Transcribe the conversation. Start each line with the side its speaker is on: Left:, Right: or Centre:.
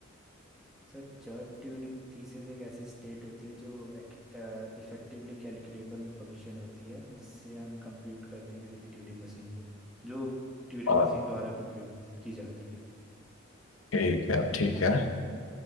Centre: सर चर्ट ट्यूरिंग थीसिस एक ऐसी स्टेट होती है जो इफेक्टिवली कैलकुलेबल फंक्शन होती है जिससे हम कंप्यूट करते हैं किसी भी ट्यूरिंग मशीन को जो ट्यूरिंग
Left: और
Centre: मशीन द्वारा कंप्यूट की जाती है
Left: ठीक है ठीक है